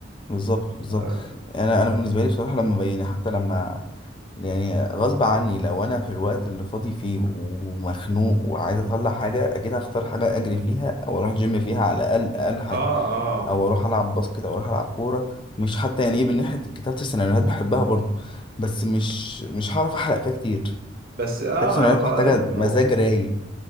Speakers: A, on the left; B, on the right.
A: بالظبط بالظبط
B: اه
A: انا انا بالنسبة لي بصراحة لما يعني حتى لما يعني غصب عني لو انا في الوقت اللي فاضي فيه ومخنوق وعايز اطلع حاجة اكيد هختار حاجة اجري فيها او اروح جيم فيها على الاقل اقل حاجة
B: اه
A: او اروح العب باسكت او اروح العب كوره مش حتى يعني ايه من ناحيه كتابه السيناريوهات بحبها برضو بس مش مش هعرف احرق فيها كتير
B: بس اه
A: كتابه السيناريوهات
B: ما هو طبعاً
A: محتاجه
B: لازم تروح
A: مزاج رايق